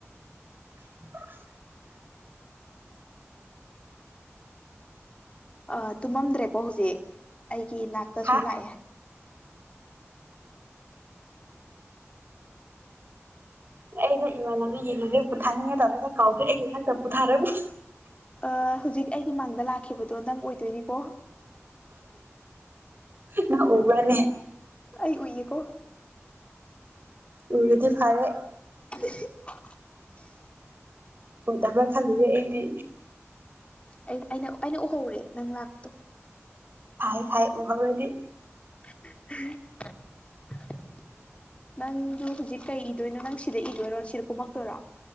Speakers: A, on the right; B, on the left.
A: <inaudible>
B: ꯑꯥ ꯇꯨꯝꯃꯝꯗ꯭ꯔꯦꯀꯣ ꯍꯧꯖꯤꯛ ꯑꯩꯒꯤ ꯅꯥꯛꯇꯥ
A: ꯍꯥ
B: ꯁꯨꯝ ꯂꯥꯛꯑꯦ
A: ꯑꯩꯗꯣ ꯏꯃꯥꯟꯅꯕꯤꯒꯤ ꯂꯥꯏꯔꯤꯛ ꯄꯨꯊꯥꯅꯤꯉꯥꯏ ꯇꯧꯔꯒꯥ ꯀꯥꯎꯈ꯭ꯔꯦ ꯑꯩꯒꯤ ꯏꯊꯟꯇꯥ ꯄꯨꯊꯥꯔꯝ
B: ꯑꯥ ꯍꯧꯖꯤꯛ ꯑꯩꯒꯤ ꯃꯥꯡꯗ ꯂꯥꯛꯈꯤꯕꯗꯣ ꯅꯪ ꯑꯣꯏꯗꯣꯏꯅꯤꯀꯣ
A: ꯅꯪ ꯎꯕ꯭ꯔꯥꯅꯦ
B: ꯑꯩ ꯎꯏꯌꯦꯀꯣ
A: ꯎꯔꯥꯗꯤ ꯐꯥꯔꯦ
B: <unintelligible>
A: ꯎꯗꯕ꯭ꯔꯥ ꯈꯜꯂꯨꯔꯦ ꯑꯩꯗꯤ
B: ꯑꯩꯅ ꯑꯩꯅ ꯑꯩꯅ ꯎꯍꯧꯔꯦ ꯅꯪ ꯂꯥꯛꯄꯗꯣ
A: ꯐꯥꯏ ꯐꯥꯏ ꯎꯍꯧꯔꯥꯗꯤ
B: <unintelligible> ꯅꯪꯖꯨ ꯍꯨꯖꯤꯛ ꯀꯩ ꯏꯗꯣꯏꯅꯣ ꯅꯪ ꯁꯤꯗ ꯏꯗꯣꯏꯔꯣ ꯁꯤꯗꯥ ꯀꯨꯝꯃꯛꯇꯣꯏꯔꯣ